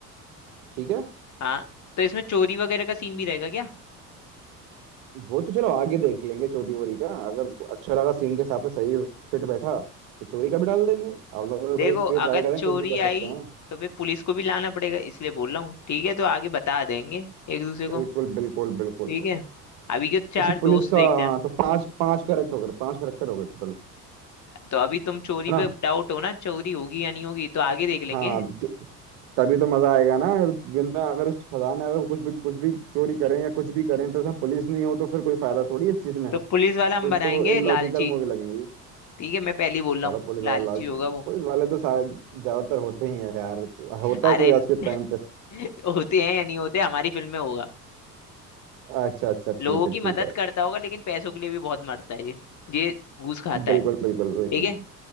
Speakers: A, on the right (about 60°); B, on the left (about 35°).
A: ठीक है
B: हाँ तो इसमें चोरी वगैरह का सीन भी रहेगा क्या
A: वो तो चलो आगे देख लेंगे चोरी वोरी का अगर अच्छा लगा सीन के हिसाब से सही फिट बैठा तो चोरी का भी डाल देंगे आप लोग तो
B: देखो
A: भाई स्क्रिप्ट
B: अगर
A: राइटर हैं
B: चोरी
A: कुछ भी कर
B: आई
A: सकते हैं
B: तो फिर पुलिस को भी लाना पड़ेगा इसलिए बोल रहा हूँ ठीक है तो आगे बता देंगे एक दूसरे को
A: बिल्कुल बिल्कुल बिल्कुल
B: ठीक है अभी के चार
A: अच्छा
B: दोस्त
A: पुलिस का
B: देखते
A: हाँ
B: हैं
A: तो पांच पांच करेक्ट हो गए पांच करेक्टर हो गए टोटल
B: तो अभी तुम चोरी
A: है ना
B: पे डाउट हो ना चोरी होगी या नहीं होगी तो आगे देख लेंगे
A: हाँ तो तभी तो मजा आएगा ना अगर- वरना अगर उस खदान में अगर कुछ भी कुछ भी चोरी करें या कुछ भी करें तो उसमें पुलिस नहीं हो तो फिर कोई फायदा थोड़ी है इस चीज में
B: तो पुलिस वाला हम
A: फिर
B: बनाएंगे
A: तो वो इलॉजिकल
B: लालची
A: मूवी लगेगी
B: ठीक है मैं पहले ही बोल रहा
A: चलो
B: हूँ
A: पुलिस वाला
B: लालची
A: लालच
B: होगा वो
A: पुलिस वाले तो शायद ज्यादातर होते ही है यार होता
B: अरे
A: है कोई
B: न-
A: आज के
B: <laughs>
A: टाइम पे
B: होते हैं या नहीं होते हमारी फिल्म में होगा
A: अच्छा अच्छा
B: लोगों
A: ठीक है
B: की
A: ठीक
B: मदद
A: है
B: करता होगा लेकिन पैसों के लिए भी बहुत मरता है ये ये घूस खाता
A: बिल्कुल
B: है
A: बिल्कुल बिल्कुल
B: ठीक है